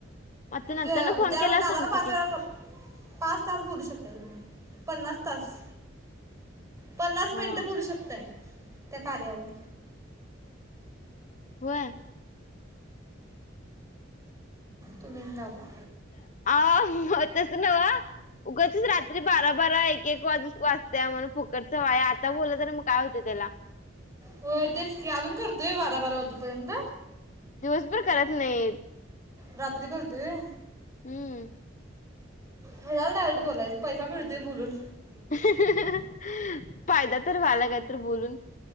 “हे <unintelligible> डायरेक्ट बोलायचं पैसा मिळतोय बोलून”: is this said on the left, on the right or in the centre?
Right